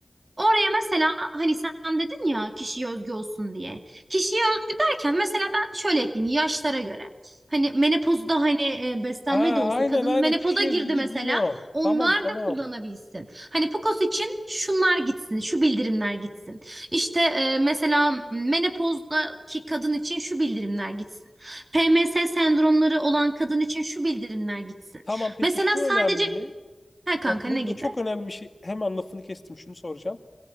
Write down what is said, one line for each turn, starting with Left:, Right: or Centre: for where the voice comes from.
Right: Oraya mesela hani sen dedin ya kişiye özgü olsun diye. Kişiye özgü derken mesela ben şöyle ekleyeyim yaşlara göre. Hani menopozda hani e, beslenme
Left: Ha
Right: de olsun.
Left: aynen
Right: Kadın
Left: aynen
Right: menopoza
Left: kişi
Right: girdi
Left: özgü dediğin
Right: mesela.
Left: o.
Right: Onlar
Left: Tamam tamam.
Right: da kullanabilsin. Hani PCOS için şunlar gitsin, şu bildirimler gitsin. İşte e, mesela menopozdaki kadın için şu bildirimler gitsin. PMS sendromları olan kadın için şu bildirimler gitsin.
Left: Tamam peki
Right: Mesela
Left: şu
Right: sadece
Left: önemli mi?
Right: her kanka
Left: Bak
Right: ne
Left: burada
Right: gibi?
Left: çok önemli bir şey. Hemen lafını kestim şunu soracağım.